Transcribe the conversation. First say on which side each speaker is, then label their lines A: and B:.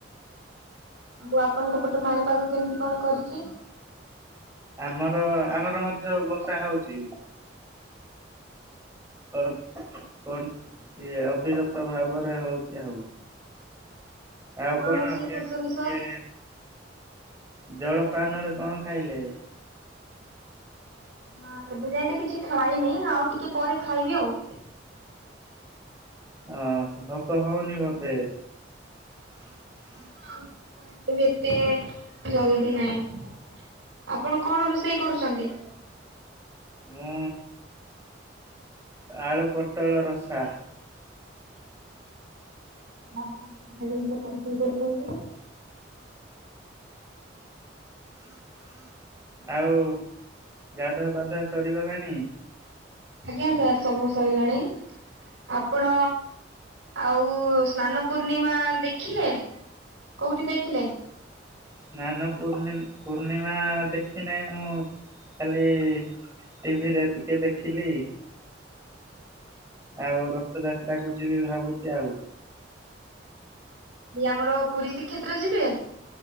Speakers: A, on the right; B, on the right.
A: ଆଉ ଆପଣଙ୍କ ପଟେ ପାଣିପାଗ କେମିତି କଣ କରିଚି।
B: ଆମର ଆମର ମଧ୍ୟ ବର୍ଷା ହଉଚି। କର କଣ ଇଏ ଅବିରତ ଭାବରେ ହଉଛି ଆଉ। ଆଉ କଣ
A: ରୋଷେଇ
B: ଆ ପ
A: କରୁଛନ୍ତି ସାର୍?
B: ଇଏ ଜଳପାନରେ କଣ ଖାଇଲେ।
A: ହଁ ଏବେ ଯାଏ ତ କିଛି ଖାଇନି ଆଉ ଟିକେ ପରେ ଖାଇବି ଆଉ।
B: ହଁ ଭୋକ ହଉନି ବଧେ।
A: <inaudible> ବି ଏତେ ଜଲଦି ନାହିଁ ଆପଣ କଣ ରୋଷେଇ କରୁଛନ୍ତି।
B: ମୁଁ ଆଳୁ ପୋଟଳ ରସା।
A: ବା ବହୁତ ବଢ଼ିଆ ଜିନିଷ ତ ରୋଷେଇ କରୁଛନ୍ତି।
B: ଆଉ ଗାଧୁ ପାଧୂଆ ସରିଗଲାଣି।
A: ଆଜ୍ଞା ସାର୍ ସବୁ ସଇଲାଣି। ଆପଣ ଆଉ ସ୍ନାନ ପୂର୍ଣ୍ଣିମା ଦେଖିଲେ। କୋଉଠି ଦେଖିଲେ।
B: ସ୍ନାନ ପୂର୍ଣିମ୍ ପୂର୍ଣ୍ଣିମା ଦେଖି ନାହିଁ ମୁଁ ଖାଲି ଟିଭିରେ ଟିକେ ଦେଖିଲି। ଆଉ ରଥଯାତ୍ରା କୁ ଯିବି ଭାବୁଛି ଆଉ।
A: ଏଇ ଆମର ପୁରୀ ଶ୍ରୀ୍ଷେତ୍ର ଯିବେ।